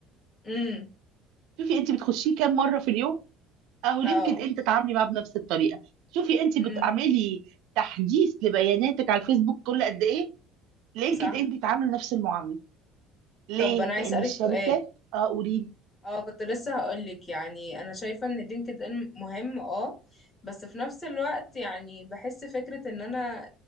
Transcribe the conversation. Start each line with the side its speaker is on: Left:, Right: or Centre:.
Left: امم
Right: شوفي انت بتخشيه كام مره في اليوم اهو
Left: اه
Right: لينكد ان تتعاملي معاه بنفس الطريقه شوفي انت بتعملي
Left: امم
Right: تحديث لبياناتك على الفيسبوك كل قد ايه لينكد
Left: صح
Right: ان بيتعامل نفس المعامله ليه
Left: طب انا عايز
Right: لان
Left: اسالك
Right: الشركات
Left: سؤال
Right: اه قولي
Left: اه كنت لسه هقولك يعني انا شايفه ان لينكد ان مهم اه بس في نفس الوقت يعني بحس فكره ان انا